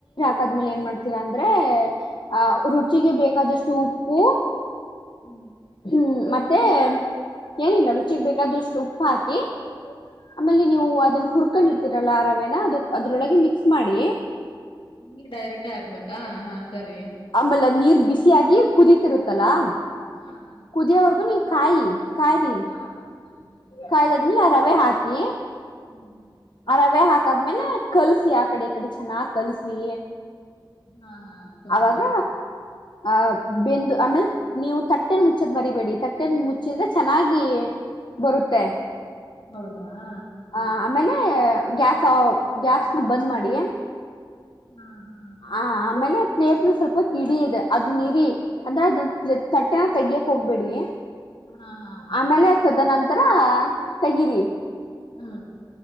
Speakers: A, on the left; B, on the left.
A: ಕದ್ಮೇಲೆ ಏನ್ ಮಾಡ್ತಿರ ಅಂದ್ರೆ. ವೈರ್ ಅ ರುಚಿಗೆ ಬೇಕ್ ಕದಷ್ಟು ಉಪ್ಪು.
B: ಹ್ಮ್
A: ಹ್ಮ್ ಮತ್ ಮತ್ತೆ ಏನಿಲ್ಲ ರುಚಿಗ್ ಬೇಕಾದಷ್ಟ ಉಪ್ಪ ಹಾಕಿ. ಆಮೇಲೆ ನೀವು ಅದನ್ನು. ಹುರ್ಕೊಂಡಿರ್ತಿರಲ್ಲ ಆ ರವೇನ ಅದ್ ದ್. ಅದ್ರೊಳಗೆ ಮಿಕ್ಸ್ ಮಾಡಿ.
B: ನಿಗ್ ಡೈರೆಕ್ಟೇ ಹಾಕ್ಬೇಕಾ ಹಾ ಸರಿ.
A: ಆಮೇಲೆ ನೀರ್ ಬಿಸಿಯಾಗಿ ಕುದೀತಿರುತ್ತಲಾ.
B: ಹಾ ಹಾ
A: ಕುದಿಯವರ್ಗು ನೀ ಕಾಯಿ ಕಾಯ್ರಿ
B: ಹಾ ಹಾ ಸರಿ ಸರಿ ಹಾ
A: ಕಾಯ್ದದ್ಮಲೆ ಅ ರವೆ ಹಾಕಿ. ಕಿ
B: ಹ್ಮ್
A: ಆ ರವೆ ಹಾಕ್ ಕದ್ಮೇಲೆ ಕಲ್ಸಿ ಆ ಕಡೆ ಈ ಕಡೆ ಚೆನ್ನಾಗ್ ಕಲ್ಸಿ.
B: ಹಾ ಹಾ ಸರಿ.
A: ಅವಾಗ ಆ ಬೆಂದು ಆಮೇಲ್ ನೀವು ತ ತಟ್ಟೆನ್ ಮುಚ್ಚದ್ ಮರಿಬೇಡಿ ತಟ್ಟೆನ್ ಮುಚ್ಚಿದ್ರೆ ಚೆನ್ನಾಗಿ ಬರುತ್ತೆ.
B: ಬೌದ ಹಾ
A: ಆ ಆಮೇಲೆ ಗ್ಯಾಸ್ ಗ್ಯಾಸ್ನ ಬಂದ್ ಮಾಡಿ.
B: ಹಾ ಹ
A: ಹ ಆಮೇಲೆ ಪ್ಲೇಟ್ನ ಸ್ವಲ್ಪ ಹೋತ್ ಇಡಿ ಇದೆ ಅದ್ನ್ ಇರಿ ಅಂದ್ರೆ ಅದ್ ತಟ್ಟೆನ ತೆಗ್ಯಕ್ ಹೋಗ್ಬೇಡಿ.
B: ಹಾ ಹಾ
A: ಆಮೇಲೆ ತದ ನಂತ್ ಹರ ತೆಗೀರಿ
B: ಹಾ